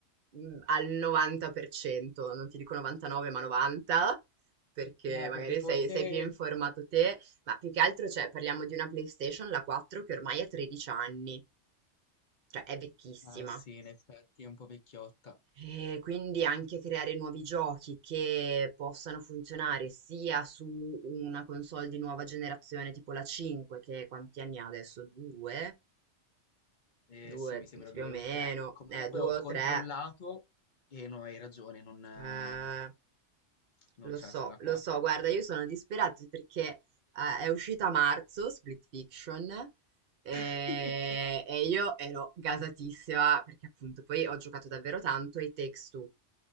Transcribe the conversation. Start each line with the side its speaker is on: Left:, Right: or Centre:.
Right: mh, al 90%, non ti dico 99, ma 90, perché
Left: Eh,
Right: magari
Left: perché forse
Right: sei, sei più informato te, ma più che altro, cioè, parliamo di una PlayStation, la 4, che ormai ha 13 anni, cioè è vecchissima.
Left: Ah sì, in effetti è un po' vecchiotta.
Right: E quindi anche creare nuovi giochi che possano funzionare sia su una console di nuova generazione tipo la 5, che quanti anni ha adesso? Due?
Left: Eh,
Right: Due
Left: sì, mi sembra
Right: più
Left: due
Right: o meno,
Left: o tre. Comunque
Right: eh, due
Left: ho
Right: o
Left: controllato
Right: tre.
Left: e no, hai ragione, non, eh,
Right: eh,
Left: non
Right: Lo
Left: c'è
Right: so,
Left: sulla 4.
Right: lo so, guarda, io sono disperata perché eh, è uscita a marzo Split Fiction eh,
Left: <laughs>
Right: e, io ero gasatissima perché appunto poi ho giocato davvero tanto ai Takes Two